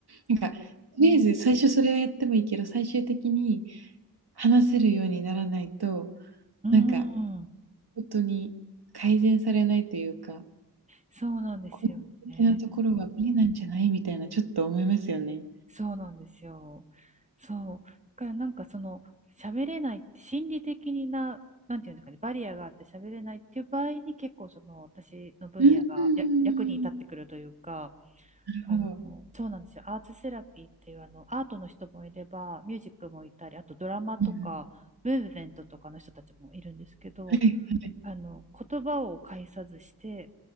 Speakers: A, on the right (about 85°); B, on the right (about 20°).
A: なんか、とりあえず最初それをやってもいいけど、
B: うん。
A: 最終的に話せるようにならないと、
B: うん。
A: なんか、ほんとに改善されないというか、
B: そうなんですよね。
A: 個人的なところは見えないんじゃないみたいな、ちょっと思いますよね。
B: そうなんですよ。そう。だからなんかその喋れないって心理的にな、なんていうんですかね、バリアがあって喋れないっていう場合に結構その私の分野がや役に立ってくるというか、
A: うーん。なるほど。
B: あの、そうなんですよ。アーツセラピーっていうあのアートの人もいれば、ミュージックもいたり、あとドラマとか、
A: うん。
B: ムーブメントとかの人たちもいるんですけど、
A: はいはい。
B: あの、言葉を介さずして、